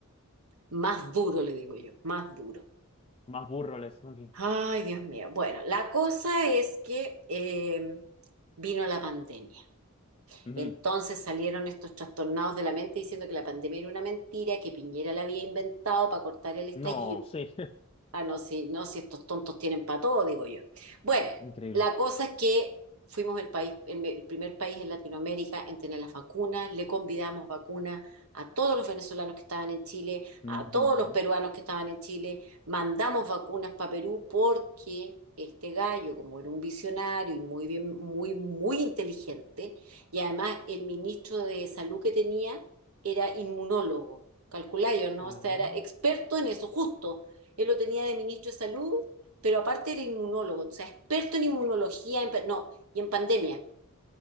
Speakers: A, on the right; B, on the left.
A: más duro, le digo yo, más duro.
B: más burro le decimos aquí.
A: Ay, Dios mío. Bueno, la cosa es que eh, vino la pandemia.
B: Ujú.
A: Entonces salieron estos trastornados de la mente diciendo que la pandemia era una mentira, que Piñera la había inventado para cortar el estallido.
B: No, sí,
A: Ah, no, si, no, si estos tontos tienen para todo, digo yo. Bueno,
B: <laughs> increíble.
A: la cosa es que fuimos el país, el, el primer país en Latinoamérica en tener las vacunas, le convidamos vacunas a todos los venezolanos que estaban en Chile,
B: Ujú.
A: a todos los peruanos que estaban en Chile, mandamos vacunas para Perú porque este gallo, como era un visionario y muy bien, muy, muy inteligente, y además el ministro de salud que tenía era inmunólogo calculáis, ¿no?
B: Ah.
A: O sea, era experto en eso, justo. Él lo tenía de ministro de salud, pero aparte era inmunólogo, o sea, experto en inmunología, en, pa- no, y en pandemia,